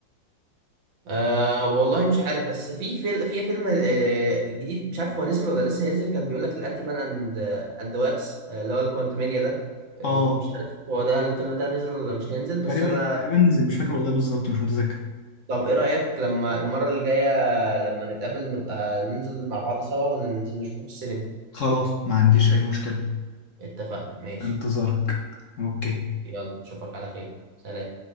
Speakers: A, on the right (about 85°); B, on the left (about 50°).
A: أه والله مش عارف بس في فيل في فيلم آه، جديد مش عارف هو نزل ولا لسه هينزل كان بيقول لك الانتي مان اند اند ذا وابس اللي هو الكوانتمانيا ده آه،
B: اه
A: مش عارف هو ده الفيلم ده نزل ولا مش هينزل
B: تقريبا
A: بس انا
B: تقريبا نزل مش فاكر والله بالظبط مش متذكر
A: طب ايه رأيك لما المرة اللي جاية لما نتقابل نبقى ننزل مع بعض سوا وننزل نشوفه في السينما
B: خلاص ما عنديش اي مشكله
A: اتفقنا ماشي
B: انتظارك اوكي
A: يلا اشوفك على خير سلام